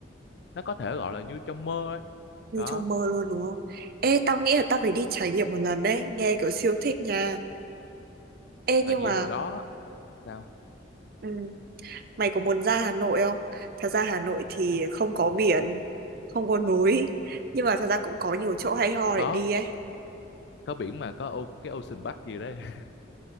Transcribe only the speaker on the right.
như
trong mơ luôn đúng không ê tao nghĩ là tao phải đi trải nghiệm một lần đấy nghe kiểu siêu thích nha ê
nhưng
mà
ừ, mày có muốn ra Hà Nội không thật ra Hà Nội thì không có biển không có núi nhưng mà thật ra cũng có nhiều chỗ hay ho để
đi ấy